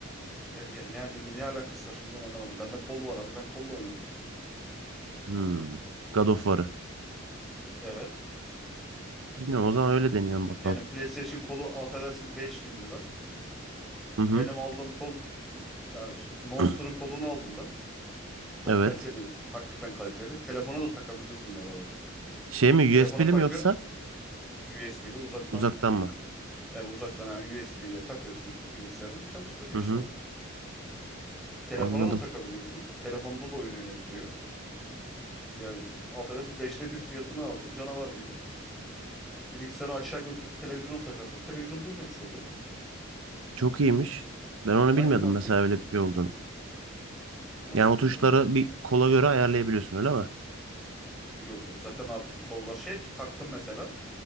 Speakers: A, in the centre; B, on the right.
A: E, ya ne, hani ne, ne alakası var şimdi onu anlamadım. Bende kol var abi. Ben kolla oynadım.
B: Hmm. God of War'ı.
A: Evet.
B: Bilmiyorum o zaman öyle deneyelim bakalım.
A: Yani PlayStation kolu affedersin 5000 lira.
B: Hı hı.
A: Benim aldığım kol ya şimdi Monster'ın
B: <clears throat>
A: kolunu aldım ben. Çok
B: Evet.
A: kaliteli. Hakikaten kaliteli. Telefona da takabiliyorsun bu arada.
B: Şey mi
A: Telefona
B: USB'li
A: takıyor.
B: mi yoksa
A: USB ile uzaktan
B: uzaktan mı?
A: e, uzaktan yani USB ile takıyorsun bilgisayarı çalıştırıyor
B: Hı hı.
A: işte. Telefona
B: Anladım.
A: da takabiliyorsun. Telefonda da oyun oynattırıyor. Ya affedersin beşte bir fiyatını aldım canavar gibi. Bilgisayarı aşağı götürüp televizyona takarsın. Televizyonda oynamış oluyor.
B: Çok iyiymiş. Ben onu
A: E, Aynı
B: bilmiyordum
A: mantık.
B: mesela öyle bir şey olduğunu.
A: Nasıl
B: Yani o
A: bilmiyordum.
B: tuşları bir kola göre ayarlayabiliyorsun öyle mi?
A: Yo- ya zaten artık kollar şey ki taktım mesela.